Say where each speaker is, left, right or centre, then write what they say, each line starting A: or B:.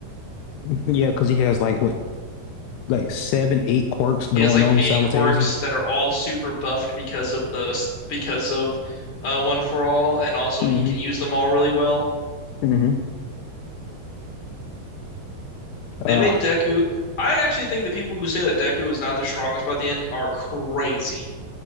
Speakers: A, on the left; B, on the left.
A: Yeah, because he has like what, like seven, eight quirks going
B: He has, like,
A: on
B: eight
A: simultaneously.
B: quirks that are all super buffed because of the, because of uh, One for All, and also
A: hmm
B: he can use them all really well.
A: hmm
B: They
A: Uh,
B: made Deku. I actually think the people who say that Deku is not the strongest by the end are crazy.